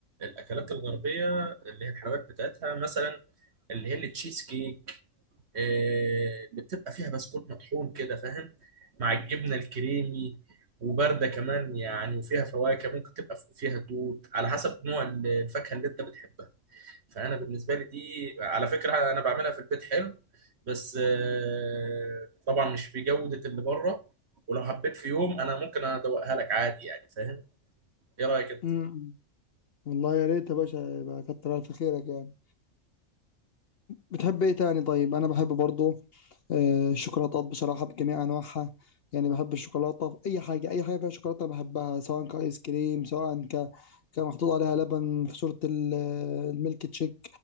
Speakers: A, on the right (about 55°); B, on the left (about 55°).
A: الاكلات الغربيه اللي هي الحلويات بتاعتها مثلا اللي هي التشيز كيك آه، اللي بتبقى فيها بسكوت مطحون كده فاهم مع الجبنه الكريمي وبارده كمان يعني وفيها فواكه ممكن تبقى فيها توت على حسب نوع الفاكهه اللي انت بتحبها فانا بالنسبه لي دي على فكره انا بعملها في البيت حلو بس آه، طبعا مش بجوده اللي بره ولو حبيت في يوم انا ممكن ادوقها لك عادي يعني فاهم ايه رايك انت
B: امم والله يا ريت يا باشا يبقى كتر ألف خيرك يعني بتحب ايه تاني طيب انا بحب برضو آه، الشوكولاتات بصراحة بجميع انواعها يعني بحب الشوكولاتة في اي حاجة اي حاجة فيها شوكولاتة أنا بحبها سواء كايس كريم سواء ك كان محطوط عليها لبن في صورة ال- الميلك تشيك